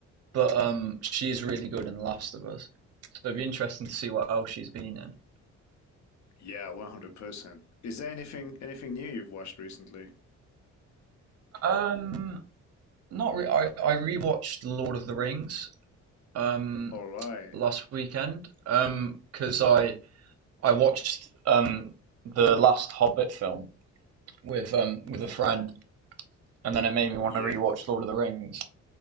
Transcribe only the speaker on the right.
but um she is really good in The Last of Us. So it'd be interesting to see what else she's been in.
Um, not re I I rewatched Lord of the Rings um
last weekend um because I. I watched um, the last Hobbit film with um, with a friend, and then it made me want
to rewatch Lord of the Rings,